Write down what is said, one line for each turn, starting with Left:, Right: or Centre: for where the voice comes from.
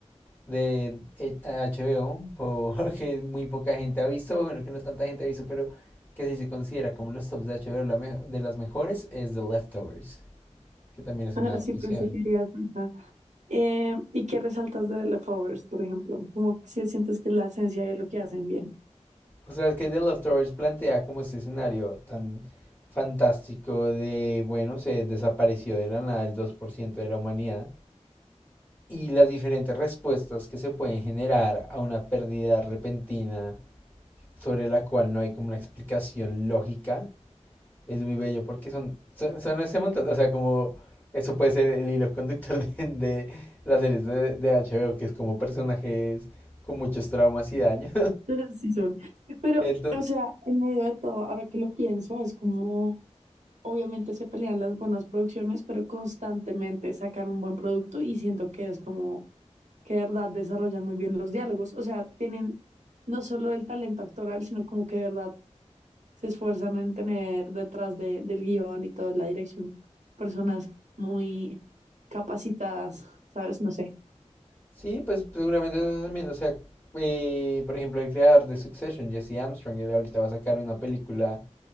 Left: de, eh, HBO, <laughs> porque muy poca gente ha visto, bueno, que no tanta gente ha visto, pero que si se considera como los tops de HBO la me- de las mejores, es The Leftovers, que también es
Right: ajá,
Left: una adaptación.
Right: sí pensé que irías por esa. Eh, ¿y qué resaltas de The Leftovers, por ejemplo? Como si sientes que es la esencia de lo que hacen bien.
Left: O sea, que The Leftovers plantea como este escenario tan fantástico de, bueno, se desapareció de la nada el 2% de la humanidad y las diferentes respuestas que se pueden generar a una pérdida repentina sobre la cual no hay como una explicación lógica. Es muy bello porque son, son, son ese montón, o sea, como eso puede ser el hilo conductor de, de las series de, de HBO, que es como personajes con muchos traumas y daños.
Right: <laughs> Sí son. Pero,
Left: <laughs> Ento-
Right: o sea, en medio de todo, ahora que lo pienso, es como, obviamente se pelean las buenas producciones, pero constantemente sacan un buen producto y siento que es como que de verdad desarrollan muy bien los diálogos. O sea, tienen no solo el talento actoral, sino como que de verdad se esfuerzan en tener detrás de, del guión y toda la dirección personas muy capacitadas, ¿sabes? No sé.
Left: Sí, pues seguramente eso también, o sea, eh, por ejemplo, el creador de Succession, Jesse Armstrong, él ahorita va a sacar una película